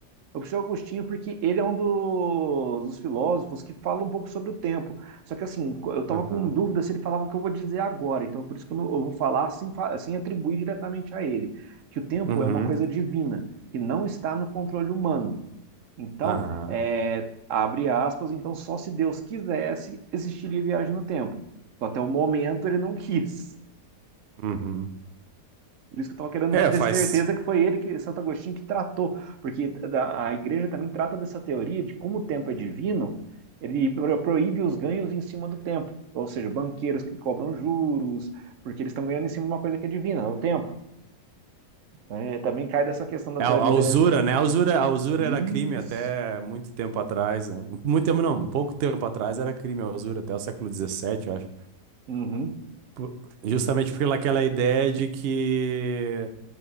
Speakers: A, on the right (about 60°); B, on the right (about 80°).
A: Eu puxei o Agostinho porque ele é um do- dos filósofos que fala um pouco sobre o tempo. Só que assim, co- eu estava
B: Aham.
A: com dúvida se ele falava o que eu vou dizer agora, então por isso que eu, não- eu vou falar sem, fa- sem atribuir diretamente a ele, que o tempo
B: Uhum.
A: é uma coisa divina, que não está no controle humano. Então,
B: Aham.
A: é, abre aspas, então só se Deus quisesse, existiria viagem no tempo. Só Até o momento ele não quis.
B: Uhum.
A: Por isso que eu estava querendo
B: É,
A: ter
B: faz.
A: certeza que foi ele, que Santo Agostinho, que tratou, porque a igreja também trata dessa teoria de como o tempo é divino, ele proíbe os ganhos em cima do tempo, ou seja, banqueiros que cobram juros, porque eles estão ganhando em cima de uma coisa que é divina, é o tempo. Então, É, também cai dessa questão da
B: É
A: teoria
B: a, a usura,
A: da...
B: né? A usura, a usura
A: Isso!
B: era crime até muito tempo atrás. né? Muito tempo, não, pouco tempo atrás era crime a usura, até o século dezessete eu acho.
A: Uhum,
B: Por- Justamente pelaquela ideia de que.